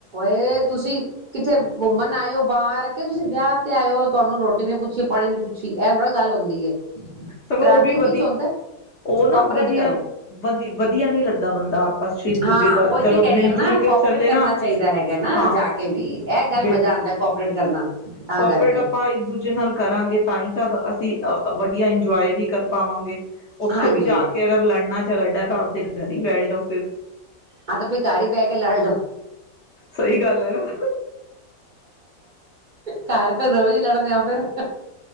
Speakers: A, on the right (about 75°); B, on the left (about 65°).
A: ਇਹ ਤੁਸੀਂ ਕਿੱਥੇ ਘੁੰਮਣ ਆਇਓ ਬਾਹਰ ਕੇ ਤੁਸੀਂ ਵਿਆਹ ਤੇ ਆਇਓ ਤੁਹਾਨੂੰ ਰੋਟੀ ਨੀ ਪੁੱਛੀ ਪਾਣੀ ਨੀ ਪੁੱਛੀ ਇਹ ਥੋੜ੍ਹਾ ਗੱਲ ਹੁੰਦੀ ਹੈ
B: ਸਗੋਂ
A: ਟਰੈਵਲਿੰਗ
B: ਉਹ ਵੀ ਵਧੀਆ
A: ਵਿੱਚ ਹੁੰਦਾ
B: ਉਹ ਨਾ
A: ਕੋਪਰੇਟ
B: ਵਧੀਆ
A: ਕਰੋ
B: ਵ ਵਧੀਆ ਨਹੀਂ ਲੱਗਦਾ ਬੰਦਾ ਆਪਸ ਚ ਇੱਕ ਦੂਜੇ
A: ਹਾਂ
B: ਦਾ
A: ਉਹੀ
B: ਚਲੋ
A: ਤੇ ਕਹਿ ਰਹੀ
B: ਮਿਲ ਜੁਲ
A: ਨਾ
B: ਕੇ
A: ਕੋਪਰੇਟ
B: ਚੱਲੇ
A: ਕਰਨਾ
B: ਨਾ
A: ਚਾਹੀਦਾ ਹੈਗਾ ਨਾ
B: ਹਾਂ
A: ਜਾ ਕੇ ਵੀ ਇਹ ਗੱਲ
B: ਬਿਲਕੁਲ
A: ਮਜ਼ਾ ਆਂਦਾ ਕੋਪਰੇਟ ਕਰਨਾ ਤਾਂ
B: ਕੋਪਰੇਟ
A: ਕਰਕੇ
B: ਆਪਾਂ ਇੱਕ ਦੂਜੇ ਨਾਲ ਕਰਾਂਗੇ ਤਾਂ ਹੀ ਤਾਂ ਅਸੀਂ ਵਧੀਆ ਇ ਜਏ ਵੀ ਕਰ ਪਾਵਾਂਗੇ ਉੱਥੇ
A: ਹਾਂਜੀ
B: ਵੀ ਜਾ ਕੇ ਅਗਰ ਲੜਨਾ ਝਗੜਨਾ ਤਾਂ ਆਪਦੇ ਘਰ ਹੀ ਬੈਠ ਜਾਓ ਫਿਰ
A: ਹਾਂ ਤਾਂ ਫਿਰ ਘਰ ਹੀ ਬੈਠ ਕੇ ਲੜ ਲਓ
B: ਸਹੀ ਗੱਲ ਹੈ ਨਾ
A: ਘਰ ਤਾਂ ਰੋਜ਼ ਹੀ ਲੜਦੇ ਹੋ ਫਿਰ